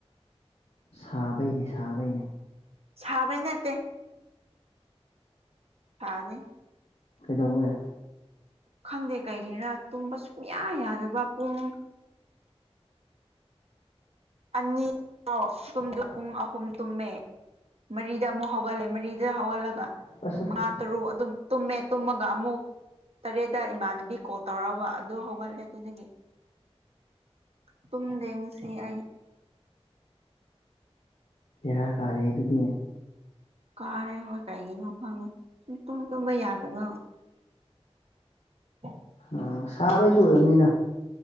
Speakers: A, on the left; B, on the right.
A: ꯁꯥꯕꯩꯅꯦ ꯁꯥꯕꯩꯅꯦ
B: ꯁꯕꯩ ꯅꯠꯇꯦ ꯁꯥꯅꯤ
A: ꯀꯩꯗꯧꯕꯒꯤ?
B: ꯈꯪꯗꯦ ꯀꯩꯒꯤꯔ ꯇꯨꯝꯕ ꯁꯨꯡꯌꯥ ꯌꯥꯗꯕ ꯄꯨꯡ ꯑꯅꯤ ꯇꯨꯝꯗ ꯄꯨꯡ ꯑꯍꯨꯝ ꯇꯨꯝꯃꯦ ꯃꯔꯤꯗ ꯑꯃꯨꯛ ꯍꯧꯒꯠꯂꯦ ꯃꯔꯤꯗ ꯍꯧꯒꯠꯂꯒ
A: ꯑꯁ ꯑꯁ
B: ꯃꯉꯥ
A: ꯑꯁ
B: ꯇꯔꯨꯛ ꯑꯗꯨꯝ ꯇꯨꯝꯃꯦ ꯇꯨꯝꯃꯒ ꯑꯃꯨꯛ ꯇꯔꯦꯠꯇ ꯏꯃꯥꯟꯅꯕꯤ ꯀꯣꯜ ꯇꯧꯔꯛꯑꯕ ꯑꯗꯨ ꯍꯧꯒꯠꯂꯦ ꯑꯗꯨꯗꯒꯤ꯫ ꯇꯨꯝꯗꯦ ꯉꯁꯤ ꯑꯩ
A: ꯕꯦꯔꯥ ꯀꯥꯔꯦꯍꯦ ꯑꯗꯨꯗꯤ
B: ꯀꯥꯔꯦ ꯍꯣꯏ ꯀꯩꯒꯤꯅꯣ ꯈꯪꯉꯦ ꯁꯨꯝ ꯇꯨꯝ ꯇꯨꯝꯕ ꯌꯥꯗꯕ <unintelligible>
A: ꯎꯝ ꯁꯥꯕꯩꯁꯨ ꯑꯣꯏꯔꯕꯝꯅꯤꯗ